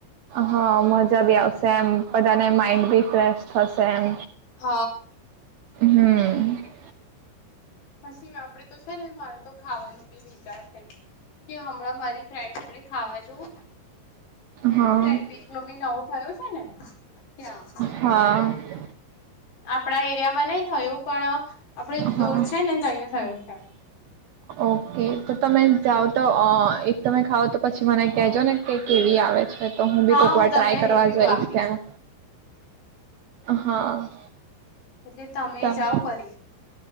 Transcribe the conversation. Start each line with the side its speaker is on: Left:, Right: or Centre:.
Right: હા મજા બી આવશે એમ બધાને. અને માઇન્ડ બી ફ્રેશ થશે એમ.
Left: હ.
Right: હમ
Left: પછી આપણે તો છે ને માર તો ખાવાનું બી વિચાર છે કે હમણાં મારી ફ્રેન્ડ જોડે ખાવા જવું. અહીંયા
Right: હા
Left: સેન્ડવીચનો બી નવું થયું છે ને ત્યાં.
Right: હા
Left: આપણા એરિયામાં નહીં થયું પણ આપડે
Right: હા
Left: દૂર છે ને તહિયા થયું છે.
Right: ઓકે તો તમે જાવ તો એક તમે ખાવ તો પછી મને કેજો ને કે કેવી આ છે તો હું
Left: હા
Right: બી કોક વાર
Left: તમને
Right: ટ્રાય કરવા
Left: રિવ્યુ
Right: જઈશ
Left: આપીશ
Right: ત્યાં. હા.
Left: એટલે તમે
Right: તમ
Left: જાઓ ફરી